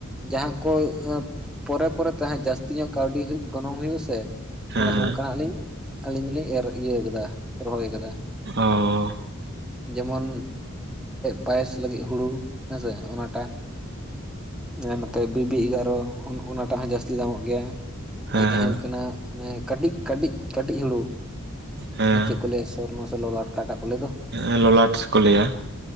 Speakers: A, in the centre; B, on the right (about 50°).
A: ᱡᱟᱦᱟᱸ ᱠᱚ ᱯᱚᱨᱮ ᱮᱸ ᱯᱚᱨᱮ ᱛᱮ ᱦᱟᱸᱜ ᱡᱟᱹᱥᱛᱤ ᱧᱚᱜ ᱠᱟᱹᱣᱰᱤ ᱦᱩᱭᱩᱜ ᱜᱚᱱᱚᱝ ᱦᱩᱭᱩᱜᱼᱟ ᱥᱮ᱾
B: ᱦᱮᱸ
A: ᱚᱱᱟ ᱚᱱᱠᱟᱱᱟᱜ ᱞᱤᱧ ᱟᱹᱞᱤᱧ ᱫᱚᱞᱤᱧ ᱮᱨ ᱤᱭᱟᱹ ᱠᱟᱫᱟ ᱨᱚᱦᱚᱭ ᱟᱠᱟᱫᱟ᱾
B: ᱚ᱾
A: ᱡᱮᱢᱚᱱ ᱯᱟᱭᱮᱥ ᱞᱟᱹᱜᱤᱫ ᱦᱩᱲᱩ ᱦᱮᱸ ᱥᱮ ᱚᱱᱟᱴᱟᱜ᱾ ᱮᱸ ᱱᱚᱛᱮ ᱵᱤ ᱵᱤ ᱮᱜᱟᱨᱚ ᱚᱱ ᱚᱱᱟᱴᱟᱜ ᱦᱚᱸ ᱡᱟᱹᱥᱛᱤ ᱫᱟᱢᱚᱜ ᱜᱮᱭᱟ᱾
B: ᱦᱮᱸ
A: ᱟᱨ ᱡᱟᱦᱟᱸ ᱦᱩᱭᱩᱜ ᱠᱟᱱᱟ ᱚᱱᱮ ᱠᱟᱹᱴᱤᱡ ᱠᱟᱹᱴᱤᱡ ᱠᱟᱹᱴᱤᱡ ᱦᱩᱲᱩ
B: ᱦᱮᱸ
A: ᱪᱮᱫ ᱠᱚ ᱞᱟᱹᱭᱟ ᱥᱚᱨᱱᱚ ᱥᱮ ᱞᱚᱞᱚ ᱟᱴᱠᱟᱴᱟ ᱠᱚ ᱞᱟᱹᱭ ᱫᱚ?
B: ᱦᱮᱸ ᱞᱚᱞᱟᱴ ᱠᱚ ᱞᱟᱹᱭᱟ᱾